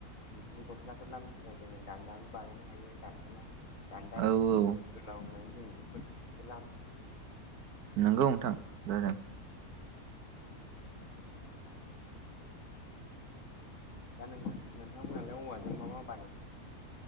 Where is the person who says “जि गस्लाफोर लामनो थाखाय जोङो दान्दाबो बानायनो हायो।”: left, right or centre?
Left